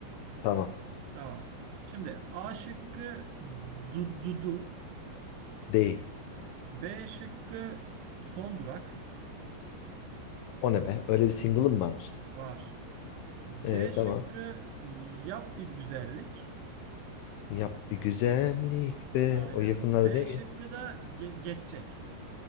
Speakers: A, on the left; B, on the right.
A: tamam.
B: Tamam. Şimdi A şıkkı du, Dudu.
A: Değil.
B: B şıkkı son durak
A: O ne be? Öyle bir single'ım varmış.
B: var.
A: Ee,
B: C şıkkı
A: tamam.
B: yap bir güzellik.
A: Yap bir güzellik be.
B: Aynen.
A: O yakınlarda
B: D
A: değil
B: şıkkı
A: mi? ya?
B: da ge- geçecek.